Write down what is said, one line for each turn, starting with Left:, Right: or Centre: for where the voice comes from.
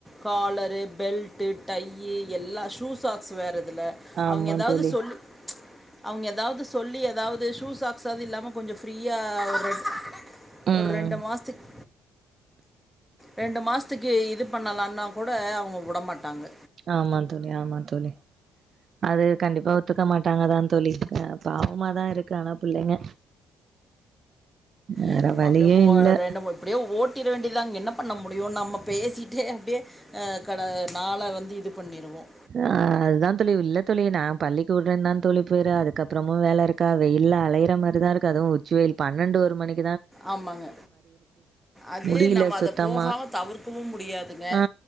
Centre: காலரு பெல்ட்டு டையி எல்லா ஷூ சாக்ஸ் வேற இதுல
Right: ஆமாம்
Centre: அவுங்கெ எதாவ்து
Right: தோழி
Centre: சொல்லி அவ்ங்க எதாவ்து சொல்லி எதாவ்து ஷூ சாக்ஸ்ஸாவ்து இல்லாம கொஞ்ச ஃப்ரீயா ஒரு ரெண்ட்
Right: ம்
Centre: ஒரு ரெண்டு மாசத்துக் ரெண்டு மாஸ்த்துக்கு இது பண்ணலானா கூட அவுங்க விடமாட்டாங்க
Right: ஆமா தோழி ஆமா தோழி அது கண்டிப்பா ஒத்துக்க மாட்டாங்கதான் தோழி அ பாவமாதா இருக்கு ஆனா பிள்ளைங்க வேறு
Centre: என்னமோ
Right: வழியே
Centre: அப்டியே போ
Right: இல்லை
Centre: ரெண்டு இப்டியே ஓட் டிட வேண்டிய தான் என்ன பண்ண முடியு நாம பேசிட்டே அப்டியே கட நாள வந்து இது பண்ணிடுவோம்
Right: அ அது தான் தோழி இல்ல தோழி நான் பள்ளிக்கூடன் தான் தோழி போரு அதுக்கப்புறமு வேலை இருக்கா வெயில் அலையிற மாரி தா இருக்கு அதுவு உச்சி வெயில் பன்னெண்டு ஒரு மணிக்
Centre: ஆமாங்க அது
Right: முடியல
Centre: நம்ம அத
Right: சுத்தமா.
Centre: போகாம தவிர்க்கவு முடியாதுங்க
Right: ஆ